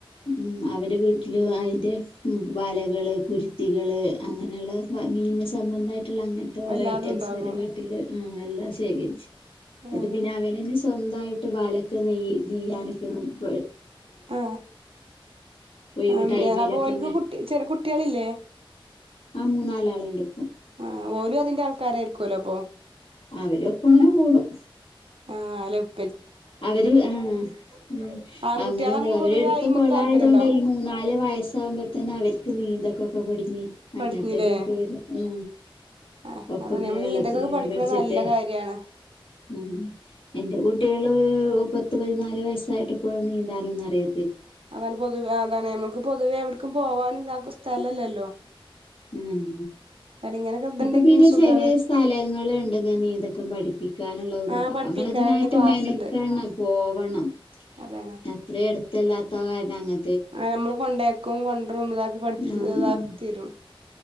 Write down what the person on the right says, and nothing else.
എല്ലാതും
ഉണ്ടാകും
ആഹ്
ആ
ആം
എന പ്പോൻക്ക് കുട്ട് ചെറെ കുട്ട്യേളില്ലേ
ആ ഓലു ആ തിന്റെ ആൾക്കാരായിരിക്കുലോ അപ്പൊ
ആ അലപ്
ആൺകുട്ടികളാണെങ്കി
പൊതുവേ അയിമക്ക്
താല്പര്യം ഉണ്ടാവും
പഠിഞ്ഞില്ലേ
ആ
അതാണ് നമ്മള്
നീന്തക്കൊക്കെ
പഠിക്കണത്
നല്ല കാര്യാണ്
അതാണ് പൊതുവെ അതാണ് നമ്മൾ ക്ക് പൊതുവേ എവിട്ക്കും പോവാനും താക്കും സ്ഥലല്ലല്ലോ
അല്ല ഇങ്ങനൊക്കെ ഇതുണ്ടെങ്കി
സുഖാണ്
ആ
പഠിപ്പിക്കാന്
ക്ലാസ്
ഉണ്ട്
അതാണ്
ആ ഞമ്മള് കൊണ്ടേക്കും കൊണ്ടറും ഇതാക്കി പഠിപ്പിച്താക്കി
തരും